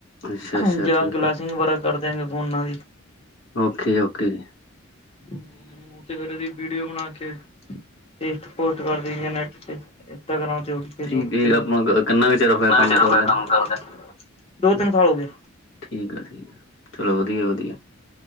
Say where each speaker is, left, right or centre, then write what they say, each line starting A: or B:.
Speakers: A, on the left; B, on the left.
A: ਅੱਛਾ ਅੱਛਾ
B: ਹਾਂਜੀ, ਆ
A: ਠੀਕ
B: ਗਲਾਸਿੰਗ ਵਰਕ ਕਾਰਦੇ ਆਂ ਫੋਨਾਂ ਦੀ।
A: ਓਕੇ-ਓਕੇ ਜੀ।
B: ਹੂੰ, ਤੇ ਫੇਰ ਓਦੀ ਵੀਡੀਓ ਬਣਾ ਕੇ। ਰੀਲ ਪੋਸਟ ਕਰ ਦਈ ਦੀ ਆ, ਨੈੱਟ ਤੇ ਇੰਸਟਾਗ੍ਰਾਮ ਦੇ ਉੱਤੇ। ਇਹ ਲੋਕ
A: ਠੀਕ ਹੈ
B: ਤੇ, ਕਿੰਨਾ
A: ਆਪਾਂ
B: ਕੁ
A: ਕਿੰਨਾ ਚਿਰ ਹੋਇਆ
B: ਟਾਈਮ
A: ਕਰਦੇ
B: ਹੋ ਗੇਆ ਕੰਮ
A: ਨੇ
B: ਕਰਦੇ ਨੂੰ ਦੋ ਤਿੰਨ ਸਾਲ ਹੋ ਗਏ।
A: ਠੀੲ ਆ, ਠੀਕਾ-ਠੀਕ ਆ